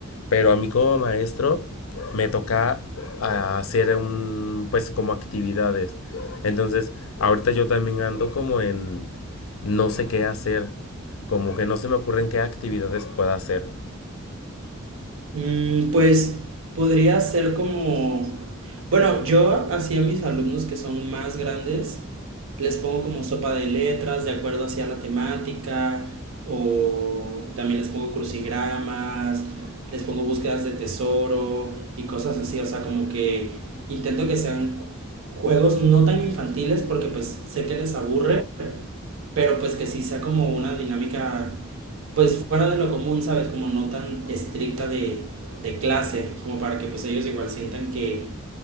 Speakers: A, on the left; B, on the right.
A: Pero a mí como maestro me toca hacer un, pues como actividades. Entonces, ahorita yo también ando como en no sé qué hacer, como que no se me ocurren qué actividades pueda hacer.
B: Mm, pues podría ser como, bueno, yo hacía a mis alumnos que son más grandes, les pongo como sopa de letras de acuerdo hacia la temática, o también les pongo crucigramas, les pongo búsquedas de tesoro y cosas así, o sea, como que intento que sean juegos no tan infantiles porque pues sé que les aburre pero pues que sí sea como una dinámica, pues fuera de lo común, ¿sabes? Como no tan estricta de, de clase, como para que pues ellos igual sientan que,